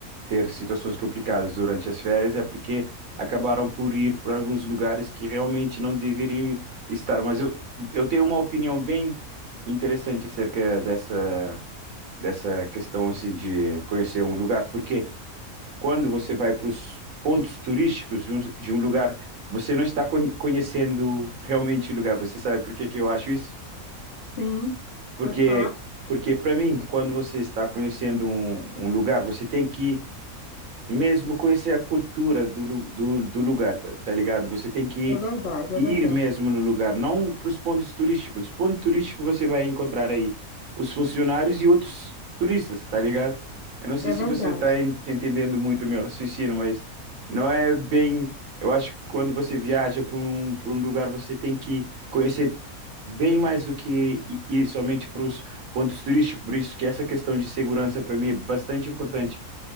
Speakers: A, on the right; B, on the left.
A: ter situações complicadas durante as férias é porque acabaram por ir para alguns lugares que realmente não deveriam estar. Mas eu, eu tenho uma opinião bem interessante acerca dessa, dessa questão assim, de conhecer um lugar, porque quando você vai para os pontos turísticos de um, de um lugar, você não está con- conhecendo realmente o lugar. Você sabe por que que eu acho isso?
B: sim,
A: Porque,
B: pode falar?
A: porque para mim, quando você está conhecendo um, um lugar, você tem que mesmo conhecer a cultura do, lu- do, do lugar, tá, tá ligado? Você tem que
B: É verdade,
A: ir
B: é verdade,
A: mesmo no lugar, não para os pontos turísticos. Os pontos turísticos você vai encontrar aí os funcionários e outros turistas, tá ligado? Eu não sei
B: é
A: se
B: verdade.
A: você está en- entendendo muito o meu raciocínio, mas não é bem. Eu acho que quando você viaja para um, para um lugar, você tem que conhecer bem mais do que i- ir somente para os pontos turísticos. Por isso que essa questão de segurança para mim é bastante importante